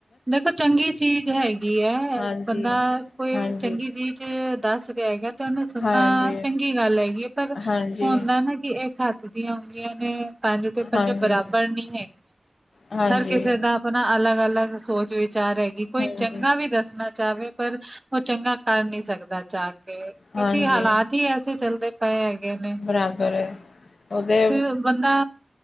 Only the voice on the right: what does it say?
ਦੇਖੋ ਚੰਗੀ ਚੀਜ਼ ਹੈਗੀ ਹੈ,
ਬੰਦਾ ਕੋਈ
ਚੰਗੀ ਚੀਜ਼ ਵਿੱਚ ਦੱਸ ਰਿਹਾ ਹੈਗਾ। ਤੇ ਉਹਨੇ ਸੁਣਨਾ
ਚੰਗੀ ਗੱਲ ਹੈਗੀ ਪਰ
ਹੁੰਦਾ ਨਾ ਕਿ ਇਹ ਖਾ ਆਂ ਹੁੰਦੀਆਂ ਨੇ ਪੰਜ ਤੇ ਪੰਜ
ਬਰਾਬਰ ਨਹੀਂ ਹੈਗੀਆਂ,
ਹਰ ਕਿਸੇ ਦਾ, ਆਪਣਾ, ਅਲੱਗ-ਅਲੱਗ ਸੋਚ ਵਿਚਾਰ ਹੈਗੀ, ਕੋਈ
ਚੰਗਾ ਵੀ ਦੱਸਣਾ ਚਾਹਵੇ ਪਰ ਉਹ ਚੰਗਾ ਕਰ ਨੀ ਸਕਦਾ, ਜਾ ਕੇ ਕਿਉਂਕਿ
ਹਾਲਾਤ ਹੀ ਐਸੇ ਚੱਲਦੇ, ਪਏ ਹੈਗੇ ਨੇ
ਤੇ ਬੰਦਾ,